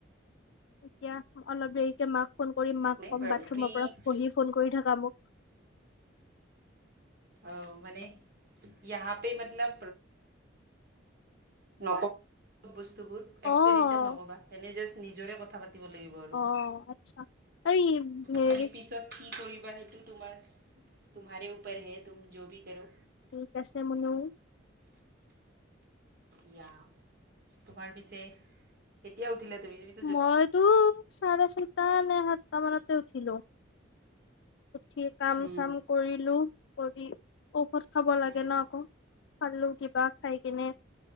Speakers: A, on the left; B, on the right.
A: এতিয়া অলপ দেৰিকে মাক ফোন কৰি
B: একো
A: মাক
B: নাই
A: কম
B: বাৰু
A: বাথৰুমৰ
B: তুমি
A: পৰা পহি। ফোন কৰি থাকা মোক।
B: অঁ মানে ইয়াহা পে মতলব। বস্তুবোৰ এক্সপ্লেনেচন
A: অ'
B: নকবা এনো নিজৰে কথা পাতিব লাগিব। আৰু
A: অঁ আচ্ছা আৰু হেৰি।
B: তুমি পিছত কি কৰিবা সেইটো তোমাৰ তোমাৰে ওপৰতহে তুম য' বি কৰে।
A: ঠিক আছে মনু।
B: ইয়া তোমাৰ পিছে কেতিয়া উঠিলা তুমি তুমি?
A: মইতো চাৰে ছয়টা নে সাতটা মানতে উঠিলো। উঠি কাম
B: উম
A: চাম কৰিলো কৰি ঔষধ খাব লাগে
B: উম
A: ন আকৌ। খালো কিবা খাই কেনে